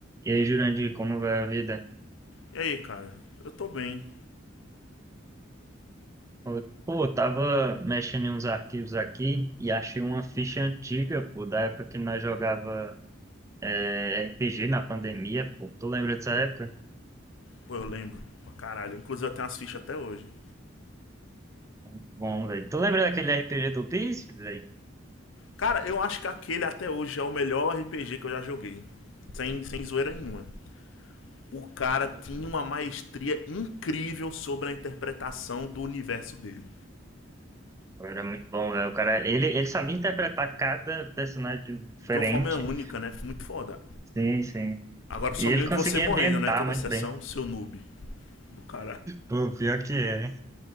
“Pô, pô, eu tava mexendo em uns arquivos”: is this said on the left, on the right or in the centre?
Right